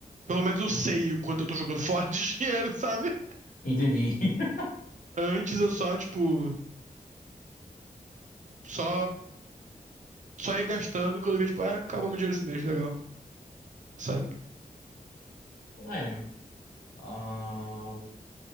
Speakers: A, on the right (about 55°); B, on the left (about 75°).
A: Pelo menos eu sei o quanto eu tô jogando <laughs> fora de dinheiro, sabe?
B: Entendi. <laughs>
A: Antes eu só, tipo, só, só ia gastando e quando eu via, tipo, ah, acabou meu dinheiro esse mês, legal, sabe?
B: É. ah,